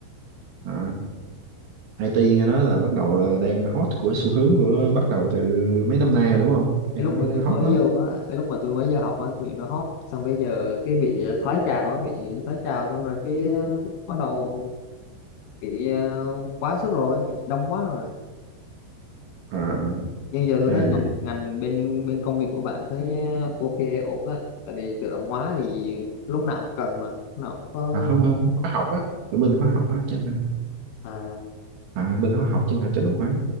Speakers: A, on the right; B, on the left.
A: à, IT nghe nói là bắt đầu là đang hot của xu hướng của bắt đầu từ mấy năm nay rồi đúng không nghe
B: Cái lúc
A: nói
B: mà
A: đang
B: tôi
A: hot
B: mới
A: lắm
B: vô á, cái lúc mà tôi mới vô học á thì nó hot, xong bây giờ cái bị thoái trào á, bị thoái trào xong rồi cái ờ, bắt đầu bị ờ, quá sức rồi, bị đông quá rồi.
A: à,
B: Nhưng giờ tôi
A: ra
B: thấy
A: là
B: ngành
A: vậy
B: ngành bên bên công việc của bạn thấy ờ, ok ổn á, tại vì tự động hóa thì lúc nào cũng cần mà, lúc nào cũng có
A: à, không không hóa học á ở bên hóa học á chứ không phải
B: à
A: à, bên hóa học chứ không phải tự động hóa